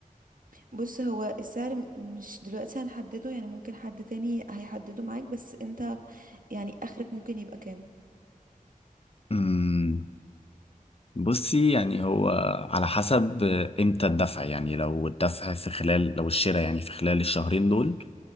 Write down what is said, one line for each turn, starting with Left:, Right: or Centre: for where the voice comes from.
Right: بص هو السعر م- مش دلوقتي هنحدده يعني ممكن حد تاني هيحدده معاك بس انت يعني اخرك ممكن يبقى كام
Left: مم. بصي يعني هو على حسب امتى الدفع يعني لو الدفع في خلال لو الشراء يعني في خلال الشهرين دول